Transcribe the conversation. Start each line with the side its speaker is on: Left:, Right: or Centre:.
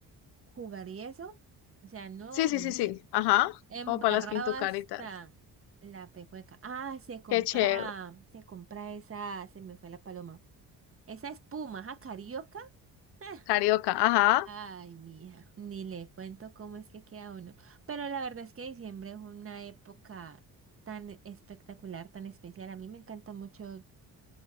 Right: jugar y eso, o sea, no,
Left: Sí,
Right: mija.
Left: sí, sí, sí, ajá,
Right: Embarrado
Left: como para las pintucaritas.
Right: hasta la pecueca. Ah, se compra,
Left: Qué chévere,
Right: se compra esa, se me fue la paloma. Esa espuma, ¿ja, carioca? Ah,
Left: carioca, ajá.
Right: Ay, mija, ni le cuento cómo es que queda uno. Pero la verdad es que diciembre es una época tan espectacular, tan especial. A mí me encanta mucho